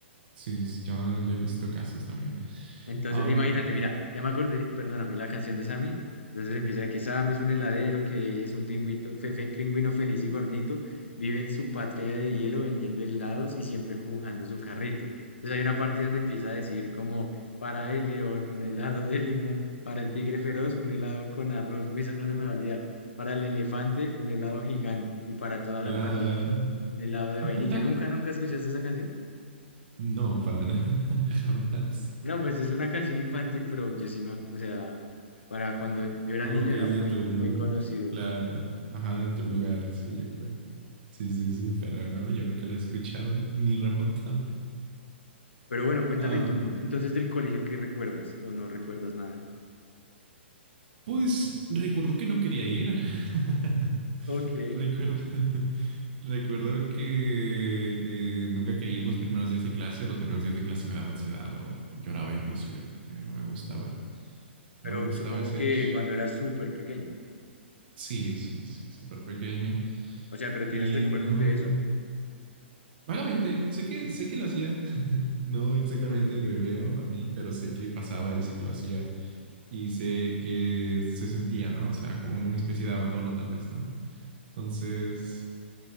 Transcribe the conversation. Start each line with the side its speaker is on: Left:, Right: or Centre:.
Right: sí, yo, yo he visto casos también.
Left: Entonces,
Right: A
Left: imagínate,
Right: mí me
Left: mira, ya me acordé, perdóname, la canción de Sammy. Entonces empieza de que Sammy es un heladero, que es un pingüito, fe- fe- pingüino feliz y gordito, vive en su patria de hielo vendiendo helados y siempre jugando su carrito. Entonces hay una parte donde empieza a decir como, para el león, un helado de limón, para el tigre feroz, un helado con arroz, uy, eso no se me va a olvidar, para el elefante, un helado gigante y para toda la
Right: será...
Left: pandilla, un helado de
Right: <laughs>
Left: vainilla. ¿Nunca, nunca escuchaste esa canción?
Right: No, para nada, <laughs> jamás.
Left: No, pues es una canción infantil, pero yo sí me, o sea, para cuando yo era
Right: Supongo
Left: niño
Right: que
Left: era
Right: es
Left: muy,
Right: de tu,
Left: muy conocido.
Right: claro, ajá, de tu lugar, sí, yo creo. Sí, sí, sí, pero no, yo nunca la he escuchado, <laughs> ni remotamente.
Left: Pero bueno, cuéntame
Right: Am,
Left: tú, entonces del colegio, ¿qué recuerdas o no recuerdas nada?
Right: pues recuerdo que no quería ir. <laughs>
Left: Ok.
Right: Recuerdo, <laughs> recuerdo que, que nunca quería ir los primeros días de clase. Los primeros días de clase me daba ansiedad o lloraba inclusive porque no me gustaba,
Left: Pero
Right: no me gustaba
Left: supongo
Right: ese
Left: que
Right: hecho.
Left: cuando eras súper pequeño.
Right: Sí, sí, sí, súper pequeña.
Left: O sea, ¿pero tienes
Right: Y
Left: recuerdos
Right: no.
Left: de eso?
Right: Vagamente, sé que, sé que lo hacía. <laughs> No
Left: Ok,
Right: exactamente
Left: ok,
Right: me veo a mí, pero sé que pasaba y sé que lo hacía. Y sé que se sentía, ¿no? O sea, como una especie de abandono tal vez, ¿no? Entonces,